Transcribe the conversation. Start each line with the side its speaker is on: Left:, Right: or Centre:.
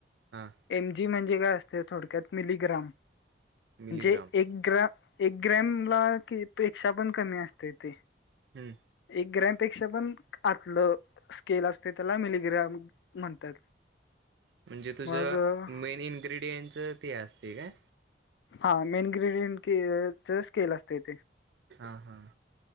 Right: हा
Left: एम जी म्हणजे काय असते थोडक्यात मिलीग्राम. म्हणजे
Right: मिलीग्राम
Left: एक ग्रॅम एक ग्रॅमला की पेक्षा पण कमी असतंय ते.
Right: हम्म.
Left: एक ग्रॅमपेक्षा पण आतलं स्केल असते त्याला मिलिग्राम म्हणतात.
Right: म्हणजे तुझं
Left: मग अ,
Right: मेन इन्ग्रेडियंटच ते असतंय काय?
Left: हां मेन ग्रेडियंटच स्केल असतंय ते.
Right: हां हां.